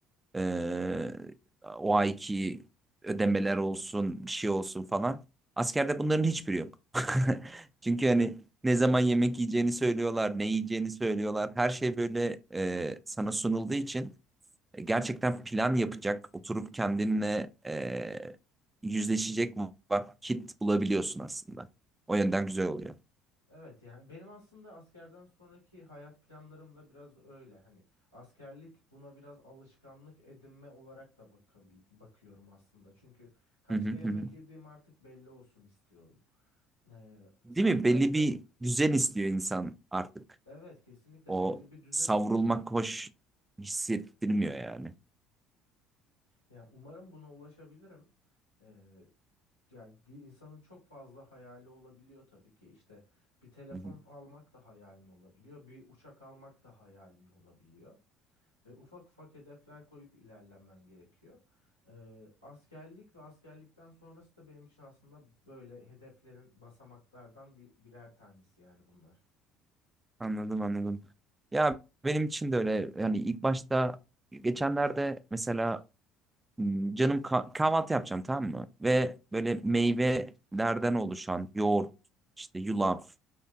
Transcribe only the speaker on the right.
Ee, o ayki ödemeler olsun, bir şey olsun falan. Askerde bunların hiçbiri yok. <laughs> Çünkü hani ne zaman yemek yiyeceğini söylüyorlar, ne yiyeceğini söylüyorlar. Her şey böyle e, sana sunulduğu için e, gerçekten plan yapacak, oturup kendinle e, yüzleşecek vakit bulabiliyorsun aslında. O yönden güzel oluyor.
Hı hı hı.
hı.
Değil
mi?
Belli bir düzen istiyor insan artık.
O
savrulmak
hoş hissettirmiyor yani.
Hı hı.
Anladım anladım. Ya benim için de öyle yani ilk başta geçenlerde mesela m, canım ka- kahvaltı yapacağım tamam mı? Ve böyle meyvelerden oluşan yoğurt, işte yulaf